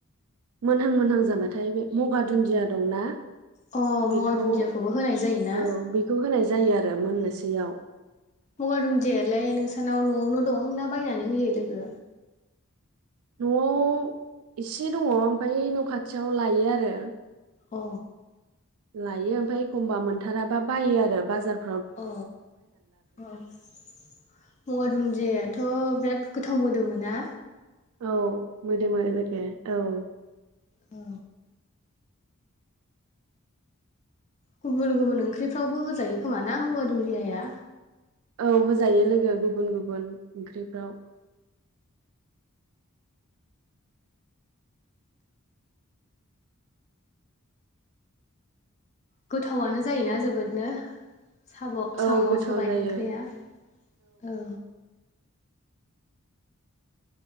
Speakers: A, on the right; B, on the left.
A: मोनहां मोनहां जाबाथाय बे मगा दुन्दिया दंना?
B: अ गंगार
A: बेखौ
B: दुन्दियाखौबो होनाय जायोना
A: औ बेखौ होनाय जायो आरो मोननोसैयाव।
B: मगार दुनदियालाय नोंसानाव न'आवनो दं ना बायनानै होयो लोगो
A: न'आव एसे दङ ओमफ्राय न' खाथियाव एसे लायो आरो
B: अ
A: लायो ओमफ्राय एखमबा मोनथाराबा बायो आरो बाजारनिफ्राइ
B: औ औ मगा दुन्दियाायाथ' बिराद गोथाव मोदोम मोना?
A: औ मोदोमो लोगो‌ औ
B: औ गुबुन गुबुन ओंख्रिफ्रावबो होजायो खोमा ना मुगा दुदियाया?
A: औ होजायो लोगो गुबुन गुबुन ओंख्रिफ्राव।
B: गोथावनो जायोना जोबोदनो? साम'
A: औ गोथाव
B: सबाय
A: जायो
B: ओंख्रिया औ।